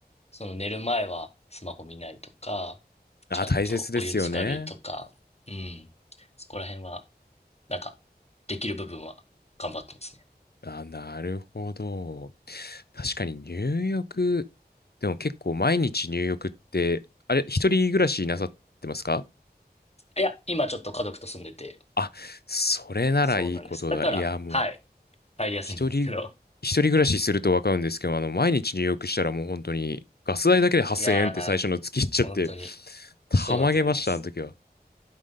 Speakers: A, on the left (about 40°); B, on the left (about 70°).
A: その寝る前はスマホ見ないとか、
B: あ、
A: ちゃんとお湯浸かるとか、
B: 大切ですよね。
A: うん。そこら辺は、なんか、できる部分は頑張ってますね。
B: あ、なるほど。確かに入浴、でも結構毎日入浴って、あれ、一人暮らしなさってますか
A: いや、今ちょっと家族と住んでて、
B: あ、それならいいことだ。
A: そうなんです。だから、
B: いや、もう、
A: はい、入りやすいんですけど。
B: 一人、一人暮らしするとわかるんですけど、あの、毎日入浴したらもう本当に、ガス代だけで8000円って最初の月いっちゃって、
A: いやー、本当に、
B: たまげました、
A: そうだと思います。
B: あの時は。